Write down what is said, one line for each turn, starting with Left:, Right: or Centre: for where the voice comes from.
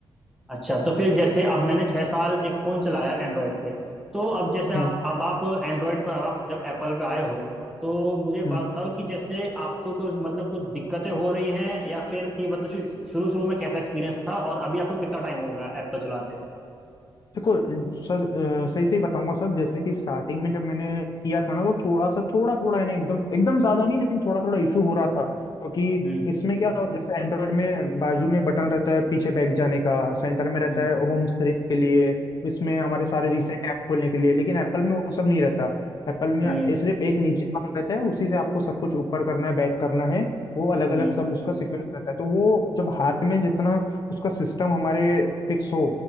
Centre: अच्छा तो फिर जैसे अब मैंने छह साल एक फोन चलाया एंड्रॉयड पे तो अब जैसे आप
Left: हम्म
Centre: अब आप एंड्रॉयड पर अब आप जब एप्पल पे आए हो तो मुझे
Left: हम्म
Centre: बात बताओ कि जैसे आपको कुछ मतलब कुछ दिक्कतें हो रही हैं या फिर कि मतलब शु- शुरू शुरू में कैसा एक्सपीरियंस था और अभी आपको कितना टाइम हो गया एप्पल चलाते हुए
Left: देखो सर अ, सही सही बताऊंगा सब जैसे कि स्टार्टिंग
Centre: हम्म
Left: में जब मैंने किया था ना तो थोड़ा सा थोड़ा थोड़ा है ना एकदम एकदम ज्यादा नहीं लेकिन थोड़ा थोड़ा इशू हो रहा था क्योंकि
Centre: हम्म
Left: इसमें क्या जैसे एंड्रॉयड में बाजू में बटन रहता है पीछे बैक जाने का सेंटर में रहता
Centre: हम्म
Left: है होम स्क्रीन के लिए इसमें हमारे सारे रिसेंट ऐप खोलने के लिए लेकिन एप्पल में वो सब नहीं रहता एप्पल में
Centre: हम्म हम्म
Left: ये सिर्फ एक नीचे बटन रहता है उसी से आपको सब कुछ ऊपर करना है बैक करना है वो अलग
Centre: हम्म,
Left: अलग सब उसका सीक्वेंस रहता है तो वो जब हाथ में जितना उसका सिस्टम हमारे फिक्स हो